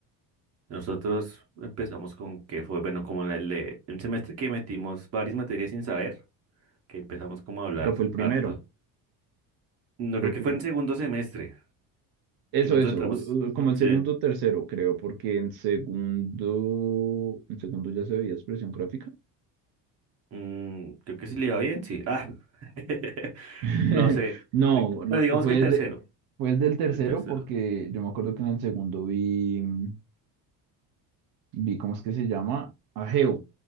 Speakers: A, on the right (about 40°); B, on the right (about 65°).
A: nosotros empezamos con que fue, bueno, como en el de- un semestre que metimos varias materias sin saber, que empezamos como a hablar
B: Pero fue el primero,
A: harto. No
B: fue
A: creo
B: el
A: que
B: prim-
A: fue en segundo semestre,
B: Eso,
A: que nosotros
B: eso,
A: entramos,
B: u- u- como
A: ujú,
B: el
A: sí,
B: segundo o tercero, creo, porque en segundo, en segundo ya se veía expresión gráfica.
A: mm, creo que sí le iba bien, sí. Ah, <laughs>
B: <laughs>
A: no sé,
B: No,
A: de-
B: no,
A: bueno, digamos
B: fue
A: que el tercero,
B: desde, fue desde el tercero
A: el tercero.
B: porque yo me acuerdo que en el segundo vi, mm, vi ¿cómo es que se llama? Ageo,